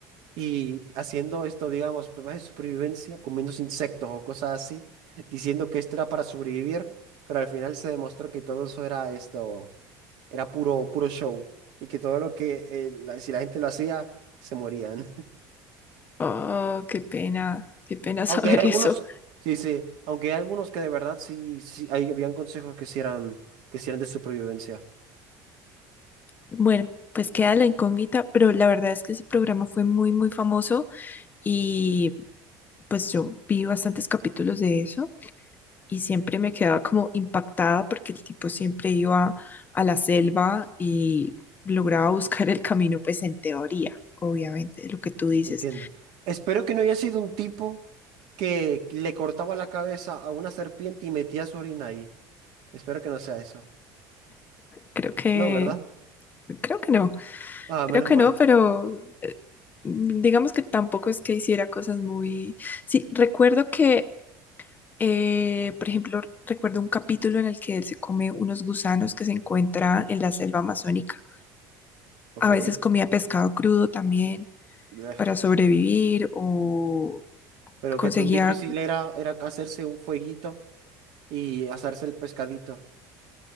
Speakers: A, on the right; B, on the left.
A: y haciendo esto, digamos, pruebas de supervivencia, comiéndose insectos o cosas así, diciendo que esto era para sobrevivir, pero al final se demostró que todo eso era esto, era puro, puro show y que todo lo que, eh, la- si la gente lo hacía, se morían.
B: Oh, qué pena, qué pena <laughs> saber
A: Aunque hay algunos,
B: eso.
A: sí, sí, aunque hay algunos que de verdad sí, sí, hay, habían consejos que sí eran, que sí eran de supervivencia.
B: Bueno, pues queda la incógnita, pero la verdad es que ese programa fue muy, muy famoso y pues yo vi bastantes capítulos de eso y siempre me quedaba como impactada porque el tipo siempre iba a la selva y lograba buscar el camino, pues en teoría, obviamente, lo que tú dices.
A: Entiendo. Espero que no haya sido un tipo que le cortaba la cabeza a una serpiente y metía su orina ahí. Espero que no sea eso.
B: Creo que,
A: No, ¿verdad?
B: creo que no,
A: Ah,
B: creo
A: menos
B: que
A: mal.
B: no, pero eh, digamos que tampoco es que hiciera cosas muy... Sí, recuerdo que Eh, por ejemplo, recuerdo un capítulo en el que él se come unos gusanos que se encuentra en la selva amazónica.
A: Ok.
B: A veces comía pescado crudo también
A: <laughs>
B: para sobrevivir o
A: Pero
B: conseguía...
A: qué tan difícil era, era hacerse un fueguito y asarse el pescadito.